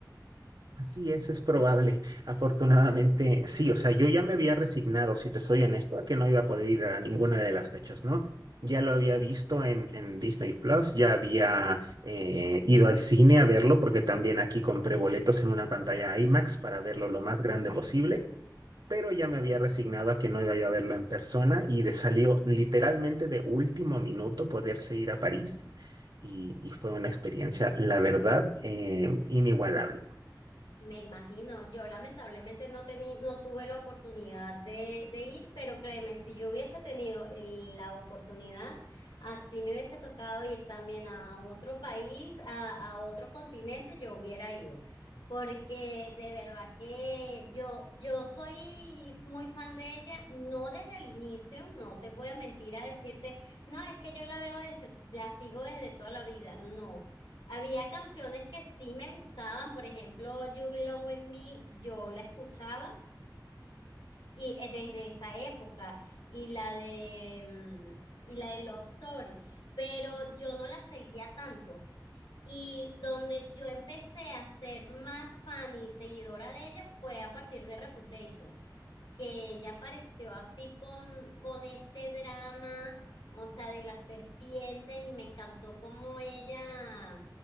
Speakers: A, on the right; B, on the left.
A: Así es, es probable. Afortunadamente,
B: <laughs>
A: sí, o sea, yo ya me había resignado, si te soy honesto, a que no iba a poder ir a ninguna de las fechas, ¿no? Ya lo había visto en, en Disney Plus, ya había eh, ido al cine a verlo, porque también aquí compré boletos en una pantalla IMAX para verlo lo más grande
B: Sí.
A: posible, pero ya me había resignado a que no iba yo a verlo en persona y de salió literalmente de último minuto poderse ir a París y, y fue una experiencia, la verdad, eh, inigualable.
B: Me imagino, yo lamentablemente no tení, no tuve la oportunidad de, de ir, pero créeme, si yo hubiese tenido el- la oportunidad, así me hubiese tocado ir también a otro país, a, a otro continente, yo hubiera ido. Porque de verdad que yo, yo soy muy fan de ella, no desde el inicio, no te voy a mentir a decirte, no, es que yo la veo desde, la sigo desde toda la vida, no. Había canciones que sí me gustaban, por ejemplo, You Belong With Me, yo la escuchaba y eh, desde esa época y la de mm, y la de Love Story, pero yo no la seguía tanto. Y donde yo empecé a ser más fan y seguidora de ella fue a partir de Reputation, que ella apareció así con, con este drama, o sea, de las serpientes y me encantó cómo ella